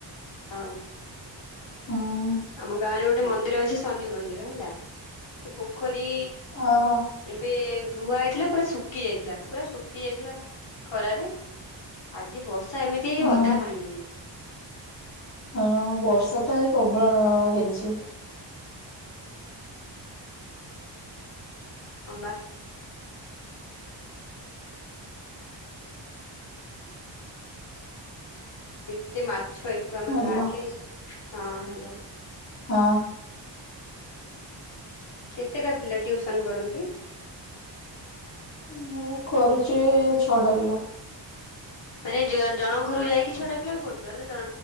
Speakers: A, on the left; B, on the left.
A: ହଁ
B: ହୁଁ
A: ଆମ ଗାଁରେ ଗୋଟେ ମନ୍ଦିର ଅଛି ଶନି ମନ୍ଦିର ହେଲା। ପୋଖରୀ
B: ଓହୋ
A: ଏବେ ଭୂଆ ହେଇଥିଲା ପୁରା ସୁ ଶୁଖି ଯାଇଥିଲା ପୁରା ଶୁଖି ଯାଇଥିଲା ଖରାରେ ଆଜି ବର୍ଷା ଏମିତି ହେଇଛି
B: ହୁଁ।
A: ଅଧା ପାଣି ହେଇଯାଇଛି।
B: ହଁ ବର୍ଷା ତ ଆଜି ପ୍ରବଳ ନ ହେଇଛି।
A: ହଁବା। କେତେ ମାଛ ଏଇଠୁ ଆମର
B: ହେଲା
A: ବାହାରିଲେ ହଁ ହାଲୋ।
B: ହଁ।
A: କେତେଟା ପିଲା ଟ୍ୟୁଉସନ କରନ୍ତି?
B: ମୁଁ କରୁଛି ଛଅଟା ପିଲା।
A: ମାନେ ଜଣଙ୍କ ଘରକୁ ଯାଇକି ଛଟା ପିଲାକୁ କରୁଛ ନା ଜ